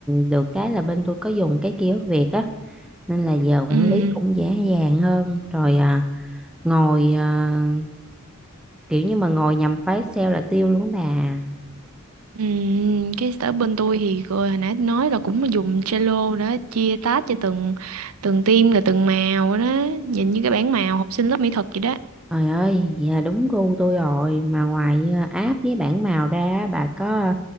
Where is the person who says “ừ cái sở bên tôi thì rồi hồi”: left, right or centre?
Right